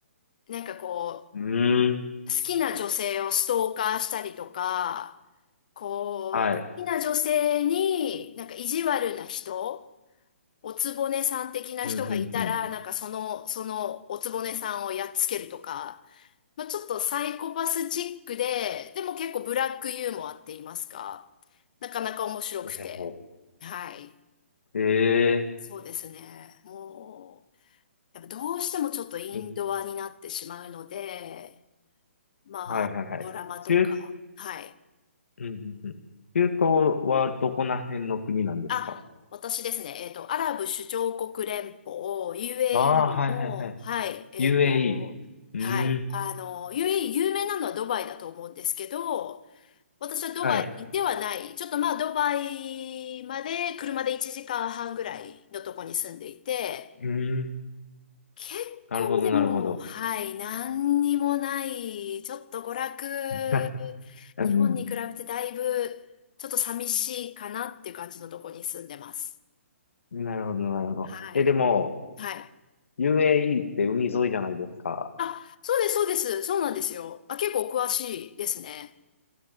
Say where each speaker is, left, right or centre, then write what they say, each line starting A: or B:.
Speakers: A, on the left; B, on the left.
A: なんかこ
B: うん、
A: う、好きな女性をストーカーしたりとか、こう、
B: はい。
A: 好きな女性になんか意地悪な人、おつぼねさん的な人がいたら、
B: うん、うん、う
A: なんかその、そのおつぼねさんをやっつけるとか、まあ、ちょっとサイコパスチックで、でも結構ブラックユーモアって言いますか、なかなか面白くて。
B: ん。
A: はい。
B: ええ
A: そうですね。もう、やっぱどうしてもちょっとインドアになってしまうので、
B: え
A: まあ、
B: はい、はい、はい。
A: ドラマとか、
B: 中、うん、
A: はい。
B: うん、うん。中東はどこら辺の国なんですか
A: あ、私ですね、えっと、アラブ首長国連邦、UAE
B: ああ、はい、
A: の、
B: はい、はい。
A: はい、えっと、
B: UAE。
A: はい、
B: うん、
A: あの、UAE 有名なのはドバイだと思うんですけど、私はドバイではない、
B: はい。
A: ちょっとまあドバイまで車で1時間半ぐらいのとこに住んでいて、
B: うん、
A: 結構でも、
B: なるほど、なるほど。
A: はい、何にもない、ちょっと娯楽、
B: うん
A: 日本に比べてだいぶ、ちょっと寂しいかなっていう感じのとこに住んでます。
B: <laughs> なるほど、なるほど。
A: はい。
B: え、でも、
A: はい。
B: UAE って海沿いじゃないですか。
A: あ、そうです、そうです。そうなんですよ。あ、結構お詳しいですね。